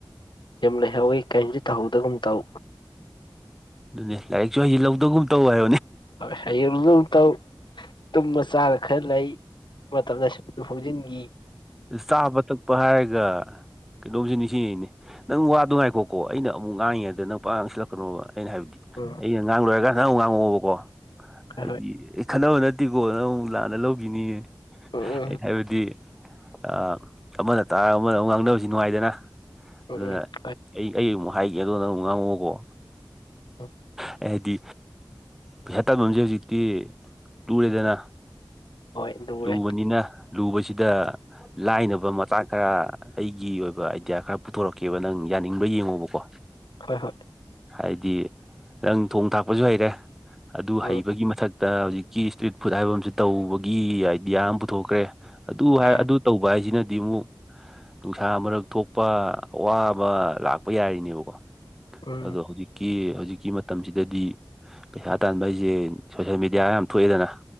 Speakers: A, on the left; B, in the centre.
A: ꯌꯥꯝ ꯂꯩꯥꯏꯍꯥꯎꯋꯦ ꯀꯩꯝ ꯁꯨ ꯇꯥꯍꯧꯗꯒꯨꯝ ꯇꯥꯎ
B: ꯑꯗꯨꯅꯦ ꯂꯥꯏꯔꯤꯛꯁꯨ ꯍꯩꯖꯤꯜ ꯍꯧꯗꯧꯒꯨꯝ ꯇꯧ ꯍꯥꯏ
A: ꯍꯌꯦꯡ ꯃꯨꯛ ꯇꯧ ꯇꯨꯝꯕ ꯆꯥꯔ ꯈꯔ ꯂꯩ ꯃꯇꯝꯗ ꯁꯨꯝꯖꯤ ꯍꯧꯖꯤꯟꯒꯤ
B: ꯑ ꯆꯥꯕ ꯊꯛꯄ ꯍꯥꯏꯔꯒ ꯀꯩꯅꯣꯝꯁꯨ ꯅꯤꯡꯖꯤꯡ ꯉꯛꯑꯦ ꯅꯦ ꯅꯪ ꯋꯥ ꯅꯨꯡꯉꯥꯏꯈꯣꯀꯣ ꯑꯩꯅ ꯑꯃꯨꯛ ꯉꯥꯡꯉꯦꯗꯅ ꯅꯪ ꯄꯥꯛ ꯉꯥꯡꯁꯤꯜꯂꯛꯀꯅꯣꯕ ꯑꯩꯅ ꯍꯥꯏꯕꯗꯤ
A: ꯎꯝ
B: ꯑꯩꯅ ꯉꯥꯡ ꯂꯣꯏꯔꯀꯥꯟꯗ ꯑꯃ ꯉꯥꯡꯉꯛꯑꯣꯕꯀꯣ ꯍꯥꯏꯗꯤ
A: ꯍꯣꯏ ꯍꯣꯏ
B: ꯈꯟꯅꯅꯕ ꯅꯠꯇꯦꯀꯣ ꯅꯪ ꯑꯃꯨꯛ ꯂꯥꯟꯅ ꯂꯧꯈꯤꯅꯤꯌꯦ
A: ꯎꯝ ꯎꯝ
B: ꯑꯩ ꯍꯥꯏꯕꯗꯤ ꯑꯥ ꯑꯃꯗ ꯇꯥꯔꯒ ꯑꯃꯗ ꯑꯃꯨꯛ ꯉꯥꯡꯅꯕꯖ ꯅꯨꯡꯉꯥꯏꯗꯅ
A: ꯎꯝ
B: ꯑꯗꯨꯅ
A: ꯎꯝ ꯍꯣꯏ
B: ꯑꯩ ꯑꯩ ꯑꯃꯨꯛ ꯍꯥꯏꯒꯦꯗꯣꯅ ꯑꯃꯨꯛ ꯉꯥꯡꯉꯣꯀꯣ
A: <inaudible>
B: ꯑꯩ ꯍꯥꯏꯗꯤ ꯄꯩꯁꯥꯇꯥꯟꯐꯝꯁꯦ ꯍꯧꯖꯤꯛꯇꯤ ꯇꯨꯔꯦꯗꯅ
A: ꯍꯣꯏ ꯂꯨꯔꯦ
B: ꯂꯨꯕꯅꯤꯅ ꯂꯨꯕꯁꯤꯗ ꯂꯥꯏꯅꯕ ꯃꯆꯥꯛ ꯈꯔ ꯑꯩꯒꯤ ꯑꯣꯏꯕ ꯑꯥꯏꯗꯤꯌꯥ ꯈꯔ ꯄꯨꯊꯣꯔꯛꯀꯦꯕ ꯅꯪ ꯌꯥꯅꯤꯡꯕ꯭ꯔ ꯌꯦꯡꯉꯣꯕꯀꯣ
A: ꯍꯣꯏ ꯍꯣꯏ
B: ꯍꯥꯏꯗꯤ ꯅꯪ ꯊꯣꯡ ꯊꯥꯛꯄꯁꯨ ꯍꯩꯔꯦ ꯑꯗꯨ
A: ꯎꯝ
B: ꯍꯩꯕꯒꯤ ꯃꯊꯛꯇ ꯍꯧꯖꯤꯛ ꯀ ꯏꯁꯇ꯭ꯔꯤꯠ ꯐꯨꯗ ꯍꯥꯏꯕ ꯑꯝꯁꯤ ꯇꯧꯕꯒꯤ ꯑꯥꯏꯗꯤꯌꯥ ꯑꯃ ꯄꯨꯊꯣꯛꯈ꯭ꯔꯦ ꯑꯗꯨ ꯍꯥꯏ
A: ꯑ
B: ꯑꯗꯨ ꯇꯧꯕ ꯍꯥꯏꯁꯤꯅ ꯗꯤ ꯑꯃꯨꯛ ꯅꯨꯡꯁꯥ ꯃꯔꯛ ꯊꯣꯛꯄ ꯑꯋꯥꯕ ꯂꯥꯛꯄ ꯌꯥꯔꯤꯅꯦꯕꯀꯣ
A: ꯎꯝ
B: ꯑꯗꯣ ꯍꯧꯖꯤꯛꯀꯤ ꯍꯧꯖꯤꯛꯀꯤ ꯃꯇꯝꯁꯤꯗꯗꯤ ꯄꯩꯁꯥ ꯇꯥꯟꯕ ꯍꯥꯏꯁꯦ ꯁꯣꯁꯦꯜ ꯃꯦꯗꯤꯌꯥ ꯌꯥꯝ ꯊꯣꯛꯑꯦꯗꯅ